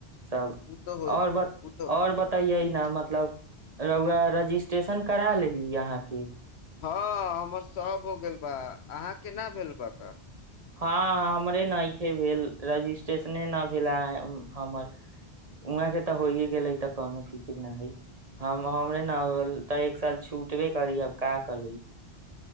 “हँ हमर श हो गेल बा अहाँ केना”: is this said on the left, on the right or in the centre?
Left